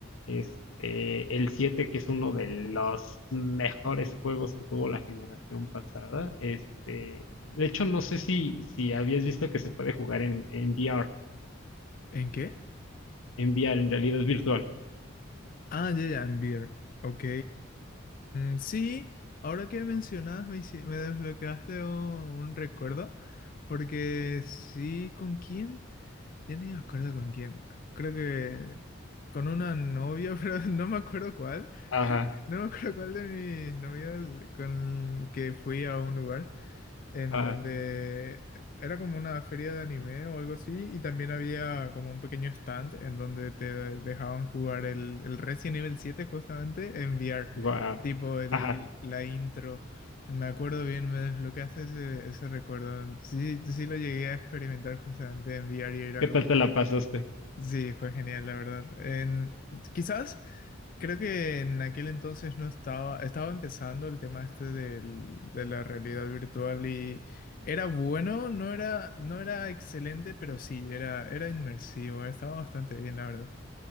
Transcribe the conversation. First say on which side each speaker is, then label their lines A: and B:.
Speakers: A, on the left; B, on the left.
A: este, el siete que es uno de los mejores juegos que tuvo la generación pasada. Este, de hecho, no sé si, si habías visto que se puede jugar en, en VR.
B: ¿En qué?
A: En VR, en realidad es virtual.
B: Ah, ya, ya, en Beer. Ok, mm, sí, ahora que mencionas me, hici- me desbloqueaste un, un recuerdo, porque sí, ¿con quién? Yo no me acuerdo con quién. Creo que con una novia, <laughs> pero no me acuerdo cuál.
A: Ajá,
B: <laughs> No me acuerdo cuál de mis novias con que fui a un lugar en
A: ah,
B: donde era como una feria de anime o algo así, y también había como un pequeño stand en donde te dejaban jugar el, el Resident Evil 7 justamente en VR,
A: guau.
B: tipo el,
A: Ajá.
B: la intro. Me acuerdo bien, me desbloqueaste ese, ese recuerdo. Sí, sí lo llegué a experimentar justamente en VR y era
A: ¿Qué
B: como,
A: tal te la pasaste?
B: Sí, fue genial, la verdad. En, quizás creo que en aquel entonces no estaba, estaba empezando el tema este del- de la realidad virtual y era bueno, no era, no era excelente, pero sí, era, era inmersivo, estaba bastante bien, la verdad.